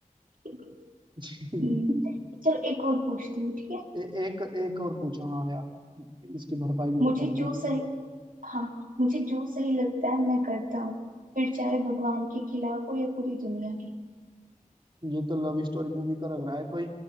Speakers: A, on the right; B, on the right.
A: ठीक है
B: <laughs>
A: हम्म, चलो एक और पूछती हूँ ठीक है
B: ए, एक एक और पूछो हाँ यार इसकी भरपाई भी
A: मुझे
B: तो करनी
A: जो
B: है
A: सही हाँ मुझे जो सही लगता है मैं करता हूँ फिर चाहे भगवान के खिलाफ हो या पूरी दुनिया की
B: ये तो लव स्टोरी मूवी का लग रहा है कोई